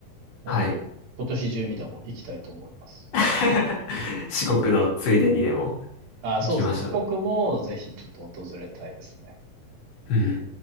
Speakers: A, on the right (about 85°); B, on the left (about 70°).
A: 本当に、
B: はい。
A: 今年中にでも行きたいと思います。
B: <laughs> 四国のついでにでも
A: ああ、
B: 行きましょ
A: そうですね。四国もぜひちょっと訪れたいですね。
B: う。うん。